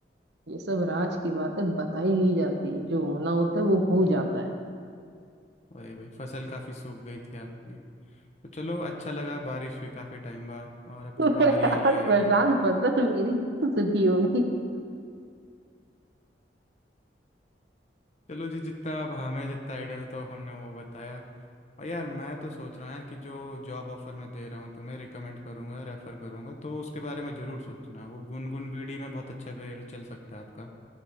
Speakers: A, on the right; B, on the left.
A: ये सब राज की बात है बताई नहीं जाती जो होना होता है वो हो
B: वही
A: जाता है
B: वही वही फसल काफ़ी सूख गई थी आपकी तो चलो अच्छा लगा बारिश हुई काफ़ी टाइम बाद और अब
A: <laughs>
B: थोड़ा हरियाली
A: यार
B: आएगी
A: प्रशांत फसल मेरी क्यों सुखी होगी
B: चलो जी जितना अब हमें जितना आइडिया था तो हमने वो बताया और यार मैं तो सोच रहा हूँ यार कि जो जॉब ऑफर मैं दे रहा हूँ तुम्हें रिकमेंड करूँगा रेफ़र करूँगा तो उसके बारे में ज़रूर सोचना वो गुनगुन बीड़ी में बहुत अच्छा करियर चल सकता है आपका